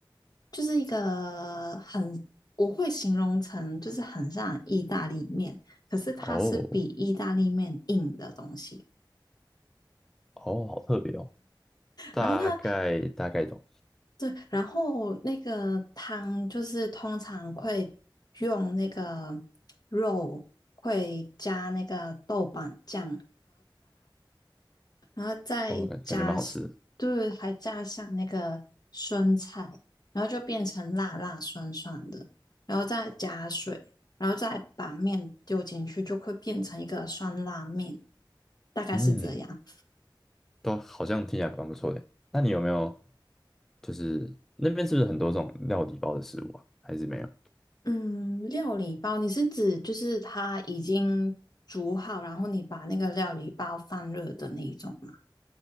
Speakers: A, on the left; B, in the centre.
A: 就是一个很，我会形容成就是很像意大利面，可是它是比意大利面硬的东西。
B: 哦，哦，好特别哦，大概大概懂，
A: 然后它对，然后那个汤就是通常会用那个肉，会加那个豆瓣酱，然后再加
B: 哦，感感觉蛮好吃的。
A: 就是还加上那个酸菜，然后就变成辣辣酸酸的，然后再加水，然后再把面丢进去，就会变成一个酸辣面，大概是这样。
B: 嗯，都好像听起来蛮不错的。那你有没有就是那边是不是很多这种料理包的食物啊？还是没有？
A: 嗯，料理包，你是指就是它已经煮好，然后你把那个料理包放热的那一种吗？